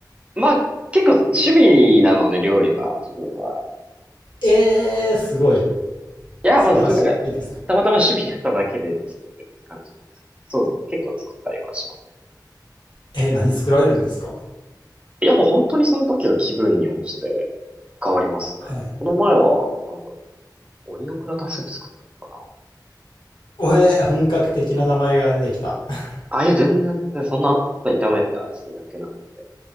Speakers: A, on the right (about 15°); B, on the left (about 85°).
A: まあ、結構趣味なので料理は、自分は。
B: えー、すごい。
A: いや、
B: 素晴らしいですね。
A: まあ全然なんか、たまたま趣味だっただけで作ってるって感じなんですけど。そう、結構作ったりはします。
B: えー、何作られるんですか
A: いや、もう本当にその時の気分に応じて変わりますね。
B: はい。
A: この前は、なんだろう、オニオングラタンスープ作ったのか
B: おえー、本格的な名前が出てきた。<laughs>
A: なあ、いや、全然全然、そんな、炒めてあれするだけなので、で